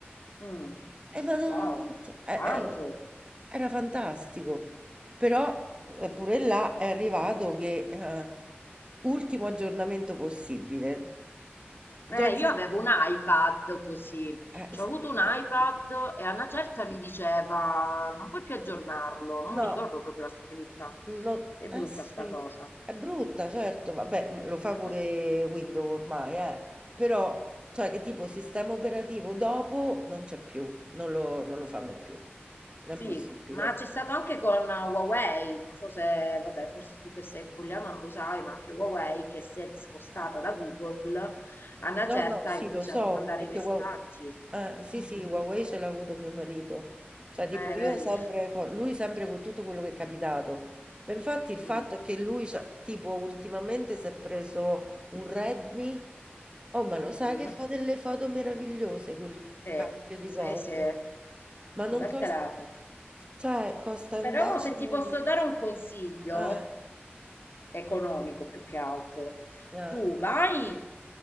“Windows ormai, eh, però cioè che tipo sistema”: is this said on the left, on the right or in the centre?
Right